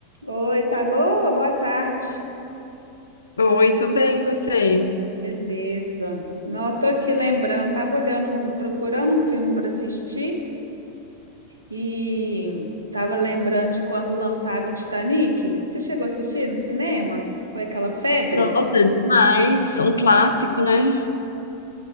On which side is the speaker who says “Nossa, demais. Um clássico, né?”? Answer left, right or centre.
Left